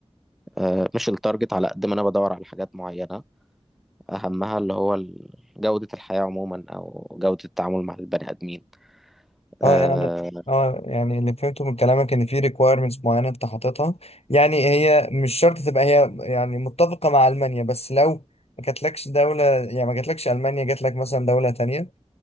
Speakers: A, in the centre; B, on the left (about 60°).
A: آه مش التارجت على قد ما أنا بدور على حاجات معينة أهمها اللي هو ال- جودة الحياة عموما أو جودة التعامل مع البني آدمين آه
B: اه يعني اه يعني اللي فهمته من كلامك ان في ريكويرمنتس معينه انت حاططها يعني هي مش شرط تبقى هي يعني متفقه مع المانيا بس لو ما جاتلكش دوله يعني ما جاتلكش المانيا جاتلك مثلا دوله تانية